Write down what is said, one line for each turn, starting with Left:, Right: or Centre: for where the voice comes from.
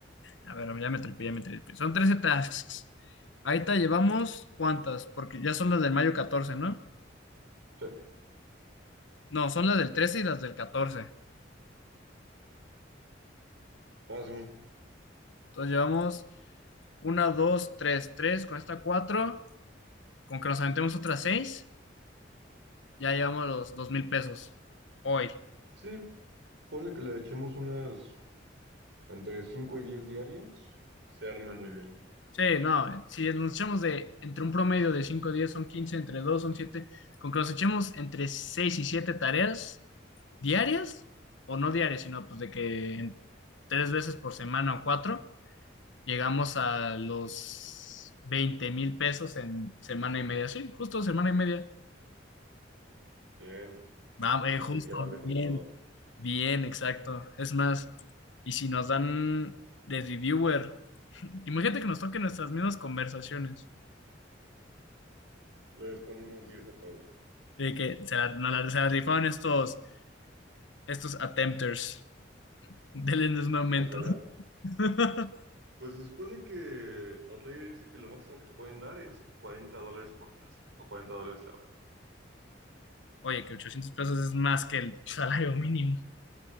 Left: A ver, ya me tripié, ya me tripié. Son 13 tasks. Ahí te llevamos cuántas, porque ya son las del mayo 14, ¿no?
Right: sí.
Left: No, son las del 13 y las del catorce.
Right: Ah, Simón.
Left: Entonces llevamos una, dos, tres, tres, con esta cuatro, con que nos aventemos otras seis, ya llevamos los dos mil pesos hoy.
Right: Sí, ponle que le echemos unas entre 5 y 10 diarias. Se arma muy bien.
Left: Sí, no, si nos echamos de entre un promedio de 5 días son 15 entre 2 son 7 con que nos echemos entre 6 y 7 tareas diarias, o no diarias, sino pues de que en tres veces por semana o cuatro, llegamos a los veinte mil pesos en semana y media. Sí, justo semana y media.
Right: Bien,
Left: Vamos,
Right: entonces
Left: justo,
Right: hay que darle
Left: bien,
Right: con todo.
Left: bien, exacto. Es más, y si nos dan de reviewer, <laughs> imagínate que nos toquen nuestras mismas conversaciones.
Right: Les ponemos 10 a todo.
Left: De que se la, no la- se la rifaron estos, estos attempters. <laughs> Denles un aumento.
Right: Ojalá
Left: <laughs>
Right: Pues se supone que Outlier dice que lo máximo que te pueden dar es cuarenta dólares por task o 40 dólares la hora.
Left: Oye, que 800 pesos es más que el salario mínimo.